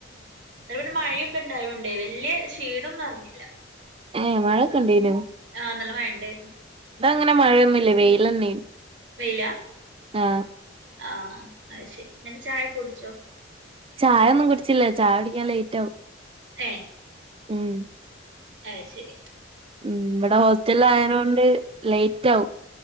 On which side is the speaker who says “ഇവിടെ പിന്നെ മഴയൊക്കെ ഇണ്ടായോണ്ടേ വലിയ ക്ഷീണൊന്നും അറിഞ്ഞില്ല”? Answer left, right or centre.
Right